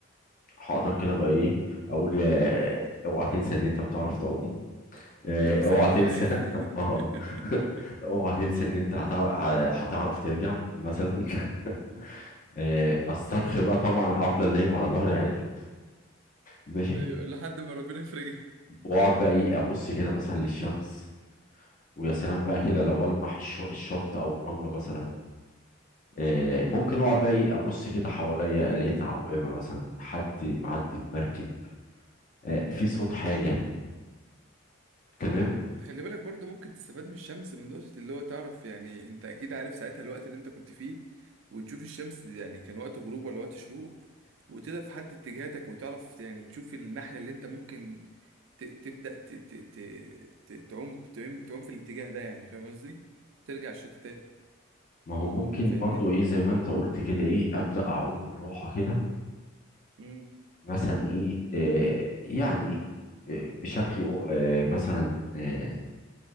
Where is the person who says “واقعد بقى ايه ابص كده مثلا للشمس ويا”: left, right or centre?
Left